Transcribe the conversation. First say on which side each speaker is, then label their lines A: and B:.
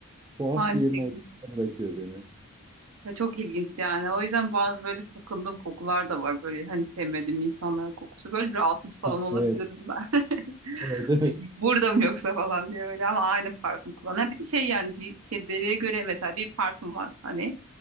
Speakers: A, on the right (about 15°); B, on the right (about 70°).
A: Tuhaf
B: Aynı
A: bir yerin
B: şekilde.
A: ortasına bırakıyor beni.
B: Ve çok ilginç yani. O yüzden bazı böyle sakındığım kokular da var. Böyle hani sevmediğim insanların kokusu. Böyle rahatsız falan
A: Ha,
B: olabiliyorum
A: evet.
B: ben.
A: Evet,
B: <laughs>
A: evet.
B: Burada mı yoksa falan diye böyle ama aynı parfüm kullanan. Bir de şey yani cilt, şey deriye göre mesela bir parfüm var hani.